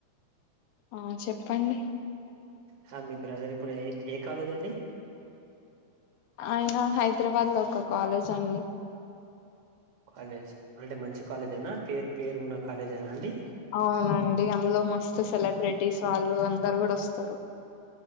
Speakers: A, on the left (about 85°); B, on the right (about 65°).
A: ఆ చెప్పండి
B: హా మీ బ్రదర్ ఇప్పుడు ఏక్ ఏ కాలేజ్ అండి
A: ఆయన హైదరాబాద్ లో ఒక కాలేజ్ అండి
B: కాలేజ్ అంటే మంచి కాలేజేనా పేరు పేరు ఉన్న కాలేజేనా అండి
A: అవునండి అందులో మస్తు సెలబ్రిటీస్ వాళ్ళు అందరు గుడ్ ఒస్తారు